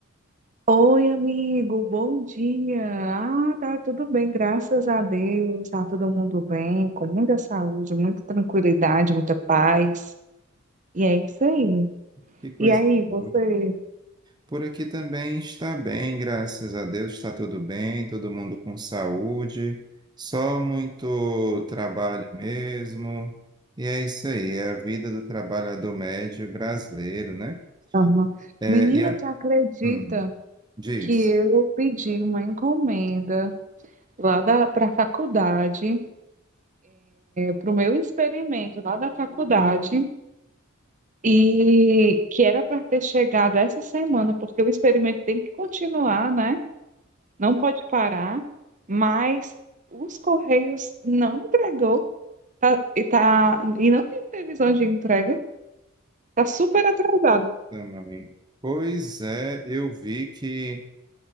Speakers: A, on the right; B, on the right.
A: Oi, amigo, bom dia. Ah, tá tudo bem, graças a Deus. Tá todo mundo bem, com muita saúde, muita tranquilidade, muita paz. E é isso aí.
B: Que coisa
A: E aí,
B: boa.
A: você?
B: Por aqui também está bem, graças a Deus, está tudo bem, todo mundo com saúde, só muito trabalho mesmo. E é isso aí, é a vida do trabalhador médio brasileiro, né?
A: Aham.
B: É,
A: Menina,
B: e a...
A: tu acredita
B: Hum, diz.
A: que eu pedi uma encomenda lá da para a faculdade, para o meu experimento lá da faculdade? E que era para ter chegado essa semana, porque o experimento tem que continuar, né? não pode parar, mas os Correios não entregou tá- e, tá, e não tem previsão de entrega, está super atrasado.
B: Também. Pois é, eu vi que